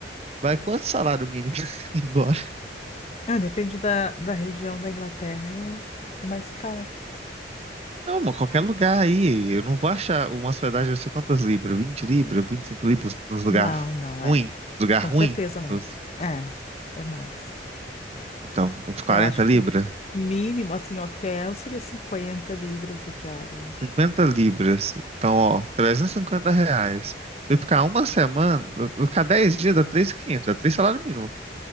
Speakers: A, on the right; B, on the left.
A: vai quanto salário mínimo <laughs> embora?
B: Ah, depende da, da região da Inglaterra. É, é mais caro.
A: Não, mano, qualquer lugar aí. Eu não vou achar uma hospedagem, vai ser quantas libras? vinte libras, 25 libras nos lugar
B: Não, não é.
A: ruim, lugar
B: Com
A: ruim.
B: certeza não.
A: nos-
B: É, é mais.
A: Então, uns 40
B: Eu acho que
A: libras,
B: o mínimo, assim, hotel seria 50 libras a diária, eu acho.
A: 50 libras. Então, ó, 350 reais. Se eu ficar uma semana, eu eu ficar 10 dias dá três mil e quinhentos dá 3 salário mínimo.